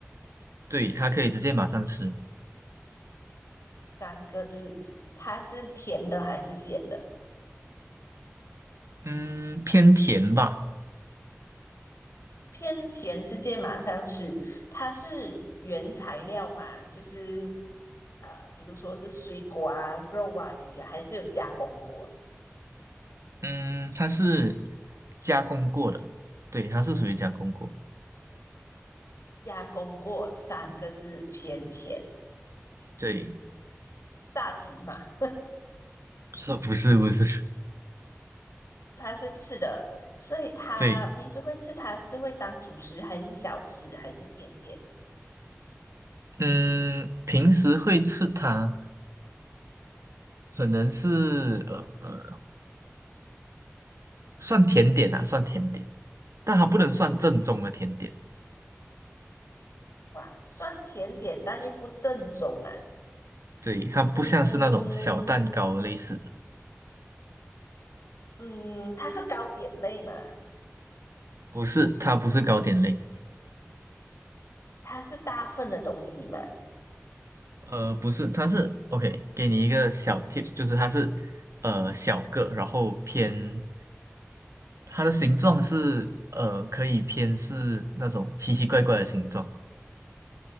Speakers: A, on the right; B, on the left.
A: 对，它可以直接马上吃，
B: 三个字，它是甜的还是咸的？
A: 嗯，偏甜吧，
B: 偏甜，直接马上吃。它是原材料嘛？就是啊、呃比如说是水果啊、肉啊、鱼啊，还是有加工过？
A: 嗯，它是加工过的，对，它是属于加工过，
B: 加工过三个字偏甜，
A: 对，
B: 萨琪玛
A: <laughs> 不是不是，
B: 它是吃的，所以它平时会吃它是会当主食还是小吃还是甜点？
A: <laughs> 对，嗯，平时会吃它，可能是呃呃算甜点啊，算甜点，但它不能算正宗的甜点，
B: 哇，算甜点但又不正宗啊。
A: 对，它不像是那种小蛋糕类似。
B: 嗯嗯，它是糕点类嘛，
A: 不是，它不是糕点类，
B: 它是大份的东西嘛，
A: 呃，不是，它是 OK，给你一个小 tips，就是它是呃小个，然后偏它的形状是呃可以偏是那种奇奇怪怪的形状，